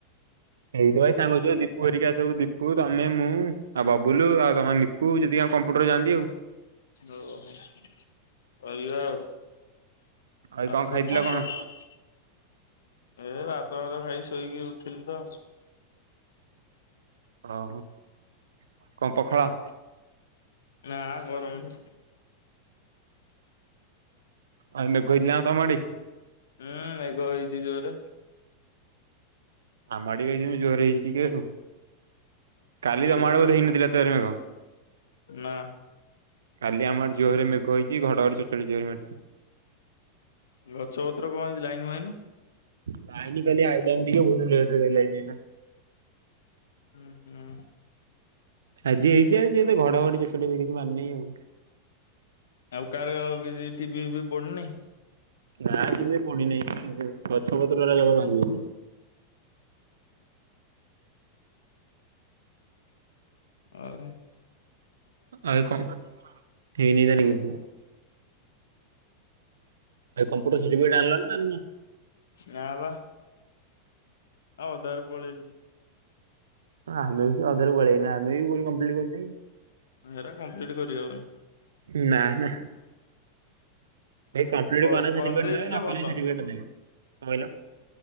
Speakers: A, on the right; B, on the left.
A: ଏଇଥିପାଇଁ ସାଙ୍ଗ ସୁଙ୍ଗି, ଦୀପୁ, ହେରିକା ସବୁ। ଦୀପୁ, ତମେ, ମୁଁ ଆଉ ବବୁଲୁ, ଆଉ ତମ ଲି କୁ ଦି ଜଣ କମ୍ପୁଟର ଯାଆନ୍ତି ଆଉ।
B: ଓହୋ, <inaudible> କରିବା ଆଉ। <inaudible>
A: ଆଉ କଣ ଖାଇଥିଲ କଣ?
B: ଏ ଭାତଫାତ ଖାଇକି ଶୋଇକି ଉଠିଲି ତ।
A: ଓହୋ, <inaudible> କଣ ପଖଳ?
B: ନା ଗରମ।
A: ଆଉ ମେଘ ହେଇଥିଲା ନା ତମ ଆଡେ?
B: ହୁଁ, ମେଘ ହେଇଛିି ଜୋରେ।
A: ଆମ ଆଡେ ବି ହେଇଛି, ଜୋର ହେଇଛି ଟିକେ ଆଉ। କାଲି
B: ଏଇ
A: ତମ ଆଡେ
B: ଛାଡ
A: ବୋଧେ ହେଇନଥିଲା ଏତେ ଜୋର୍ ମେଘ।
B: ନା
A: କାଲି ଆମ ଆଡେ ଜୋର୍ ରେ ମେଘ ହେଇଛି। ଘଡଘଡି, ଚଡଚଡି ଜୋର୍ ରେ ମାରିଛି।
B: ଗଛପତ୍ର କଣ ହେଇଛି? ଲାଇନ୍। <unintelligible>
A: ଲାଇନ କାଲି ଆଇଲାନି। ଟିକେ ବହୁ ଲେଟରେ କାଲି ଲାଇନ ଆଇଲା।
B: ହୁଁ ହୁଁ।
A: ଆଜି ହେଇଛି ଆଉ। ଏତେ ଘଡଘଡି, ଚଡଚଡ କିଛି ମାରିନି ଆଉ।
B: ଆଉ କାହାର କିଛି ଟିଭିବିଭି ପଡିନି?।
A: ନା, <unintelligible> ପଡିନହିଁ ଗଛ ପତ୍ର <inaudible> ଭାଙ୍ଗି। <unintelligible>
B: ହଉ।
A: ଆଉ କଣ? ହେଇନି ତାର କିଛି। କମ୍ପ୍ୟୁଟର ସାର୍ଟିଫିକେଟ ଆଣିଲ ନା ଆଣିନ?
B: ନା ବା। ଆ ଅଧା ରୁ ପଳେଇଲୁ।
A: ହଁ ଆମେ ବି ସେ ଅଧାରେ ପଳେଇଆଇନୁ ଆମେ ବି କୋଉ କମ୍ଲିଟ କରିଚୁ କି।
B: ହେରା କମ୍ପ୍ଲିଟ କରିି ହବନି।
A: ନା ନା। ଭାଇ କମ୍ପ୍ଲିଟ
B: କରି
A: କନେ ସଟିଫିକେଟ
B: କରିଦେଇଥିଲେ
A: ଦେବେ ନ
B: ଭଲ
A: କନେ ସଟିଫିକେଟ ଦେବେ କହିଲ।